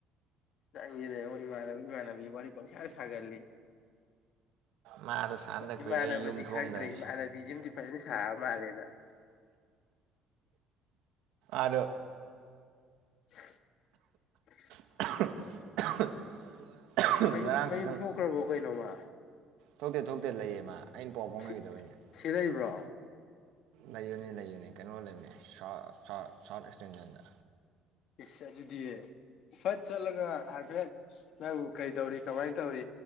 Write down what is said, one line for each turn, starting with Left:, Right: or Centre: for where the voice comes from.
Left: ꯅꯪꯒꯤꯅꯦꯉꯣꯏ ꯏꯃꯥꯟꯅꯕꯤ ꯏꯃꯥꯟꯅꯕꯤ ꯋꯥꯔꯤ ꯄꯪꯁꯥꯟ ꯁꯥꯒꯜꯂꯤ
Right: ꯃꯥꯗꯣ ꯁꯥꯟꯅꯗ ꯀꯨꯏꯔꯦ
Left: ꯏꯃꯥꯟꯅꯕꯗꯤ
Right: ꯑꯩ ꯌꯨꯝ ꯊꯣꯛꯑꯝꯗꯥꯏ
Left: ꯈꯪꯗ꯭ꯔꯦ ꯏꯃꯥꯟꯅꯕꯤꯖꯤꯝꯗꯤ ꯐꯖꯅ ꯁꯥꯕ ꯃꯥꯜꯂꯦ ꯅꯪ
Right: ꯑꯥꯔꯣ
Left: <unintelligible>
Right: <inaudible>
Left: ꯃꯌꯨꯝ
Right: ꯉꯔꯥꯡ
Left: ꯃꯌꯨꯝ
Right: ꯈꯛꯇꯪ
Left: ꯊꯣꯛꯈ꯭ꯔꯕꯣ ꯀꯩꯅꯣ ꯃꯥ
Right: ꯊꯣꯛꯇꯦ ꯊꯣꯛꯇꯦ ꯂꯩꯌꯦ ꯃꯥ ꯑꯩꯅ ꯄꯥꯎ ꯐꯥꯎꯅꯈꯤꯗꯕꯩꯅꯦ
Left: ꯁꯤ ꯁꯤ ꯂꯩꯕ꯭ꯔꯣ
Right: ꯂꯩꯕꯅꯤ ꯂꯩꯕꯅꯤ ꯀꯩꯅꯣ ꯂꯩꯕꯅꯤ ꯁꯥꯎꯠ ꯑꯦꯛꯁꯇꯦꯟꯁꯟꯗ
Left: ꯏꯁ ꯑꯗꯨꯗꯤ ꯐꯠ ꯆꯠꯂꯒ ꯍꯥꯏꯐꯦꯠ ꯅꯪꯕꯨ ꯀꯩꯗꯧꯔꯤ ꯀꯃꯥꯏꯅ ꯇꯧꯔꯤ